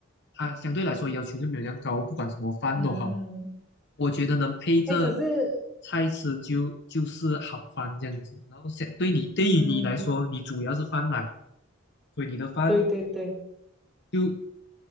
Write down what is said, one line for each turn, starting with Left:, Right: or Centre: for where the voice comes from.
Left: 它相对来说要求就没有那样高，不管什么饭都好，
Centre: 嗯，
Left: 我觉得能配着
Centre: 哎，可是，
Left: 菜吃就就是好饭这样子。然后想对你对于你来说，
Centre: 嗯，
Left: 你主要是饭嘛，所以你的饭
Centre: 对对对，
Left: 就